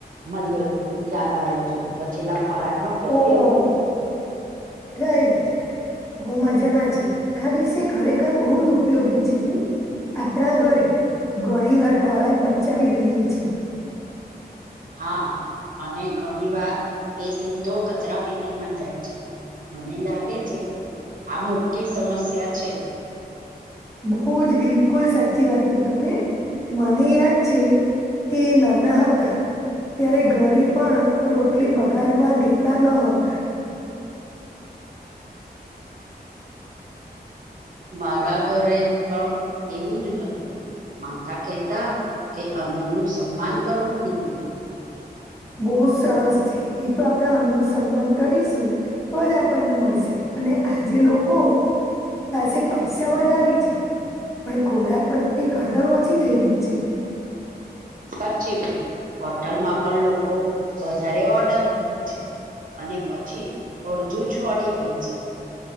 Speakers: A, on the right (about 55°); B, on the left (about 15°).
A: મલ્યો યાદ આયો છે, બચેલા ખોરાકનો
B: Oh
A: ઉપયોગ.
B: right. હું મજામાં છું આ વિષય ખરેખર બહુ જ ઉપયોગી છીએ. આપણા ઘરે ઘણી વાર ખોરાક બચાવી દઈએ છે.
A: હા, અને ઘણી વાર એ સીધો કચરા પેટીમાં જાય છે. મને લાગે છે, કે આ મોટી સમસ્યા છે.
B: બહુ જ બિલકુલ સાચી વાત કી તમે મને યાદ છે, કે નાના હતા. ત્યારે ઘરે પણ રોટલી બગાડવા દેતા ન હતા.
A: મારા ઘરે પણ એવું જ હતું માતા કહેતા કે અનનનું સન્માન કરવું જોઈએ.
B: બહુ સરસ છે એ તો આપણે અન્નનું સન્માન કરીશું તો જ આપણને મળશે અને આજે લોકો પાસે પૈસા વધારે છે. પણ ખોરાક પ્રત્યે કદર ઓછી થઈ ગઈ છે.
A: સાચી વાત હોટલમાં પણ લોકો વધારે ઓર્ડર કરે છે. અને પછી અડધું છોડી દે છે.